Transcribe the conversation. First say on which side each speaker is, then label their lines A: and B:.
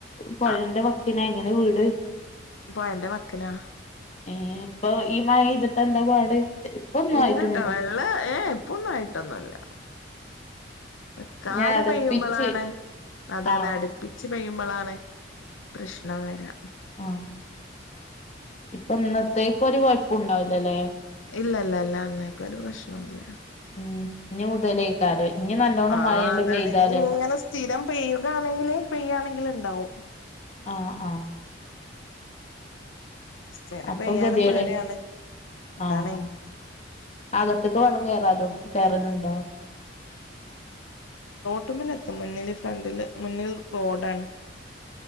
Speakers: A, on the left; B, on the left.
A: പൊഴന്റെ
B: ആഹ്
A: വക്കിന ഇങ്ങന വീട്.
B: പൊഴന്റെ വക്ക്നാ.
A: ഏഹ് ഇപ്പൊ ഈ മഴയ്ത്ട്ടെന്താ പാട് ഇപ്പൊ ഒന്നും
B: ഇല്ലട്ടൊ
A: ആയിട്ടൊന്നും
B: വെള്ള ഏഹ് ഇപ്പൊന്നായിട്ടൊന്നുല്ല നികാതെ
A: ഞാൻ അടപ്പിച്ച്
B: പെയ്യുമ്പളാണ് അതാണട്പ്പിച്
A: ആഹ്
B: പെയ്യു മ്പളാണ് പ്രശ്നം വര്ക
A: ആഹ് ഇപ്പൊ ഇന്നത്തേക്ക് ഒര് കൊഴപ്പൊണ്ടാവിലാലെ
B: ഇല്ലല്ലല്ലാ അമ്മേക്കൊര് പ്രശ്നോ ഇല്ല.
A: ഉം ഇനി മുതലേക്കാരം ഇനി നല്ലോണം
B: ആഹ്
A: മഴയണ്ട്
B: അതാണ്
A: പെയ്താലേ
B: ഇതിങ്ങനെ സ്ഥിരം പെയ്യുക ആണെങ്കില് പെയ്യാണെങ്കില് ഇണ്ടാവും
A: ആഹ് ആഹ്
B: സ്ഥിരം
A: അപ്പം
B: പെയ്യാനും
A: ഗതീടെ
B: പേടിയാണ് അതാണേ
A: ആഹ് അകത്ത്ക്ക് വള്ളം വരും കേരല്ണ്ടോ
B: ട്ട്മ്മലെ എത്തും മുന്നില് ഫ്രണ്ടില് മുന്നിൽ റോഡാണ്.